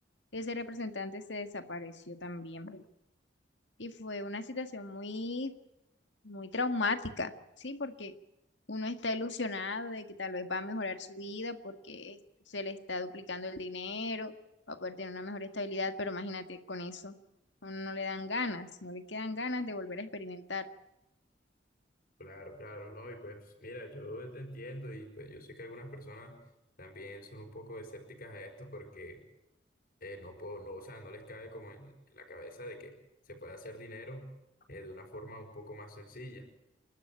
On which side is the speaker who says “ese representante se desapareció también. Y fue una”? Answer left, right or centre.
Left